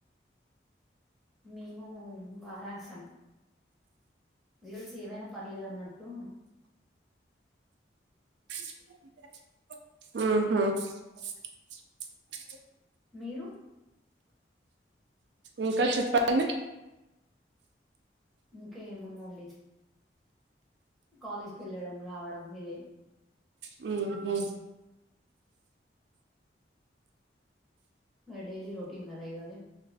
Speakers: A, in the centre; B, on the right (about 70°).
A: మేము బా రాసా రిజల్ట్స్ ఏమైనా పర్లేదు అన్నట్టు
B: <unintelligible> అ
A: మీరు
B: ఇంకా చెప్పండి
A: ఇంకా ఏముందండి కాలేజ్కి వెళ్ళడం రావడం ఇదే
B: హ్మ్ హు
A: డైలీ రొటీన్ కదా ఎవది